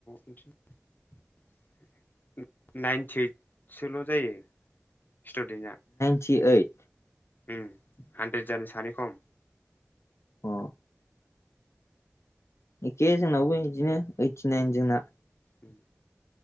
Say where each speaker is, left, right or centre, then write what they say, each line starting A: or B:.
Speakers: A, on the left (about 40°); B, on the left (about 75°).
A: <unintelligible> नाइनटि ओइदसोल' जायो स्टुदेन्टआ।
B: टि ओइड?
A: ओं हानद्रेद जानो सानै खम।
B: अ एखे जोंनावबो बिदिनो ओइटिनाइन जोंना।
A: उम।